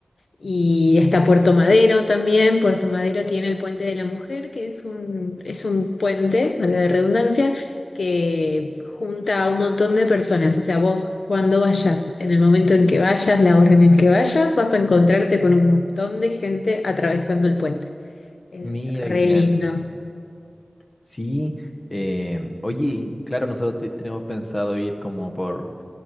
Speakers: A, on the left; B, on the left.
A: Y está Puerto Madero también. Puerto Madero tiene el Puente de la Mujer, que es un, es un puente, valga la redundancia, que junta a un montón de personas. O sea, vos cuando vayas, en el momento en que vayas, la hora en el que vayas, vas a encontrarte con un montón de gente atravesando el puente. Es
B: Mira,
A: re
B: qué genial.
A: lindo.
B: Sí, eh, oye, y claro, nosotros te- tenemos pensado ir como por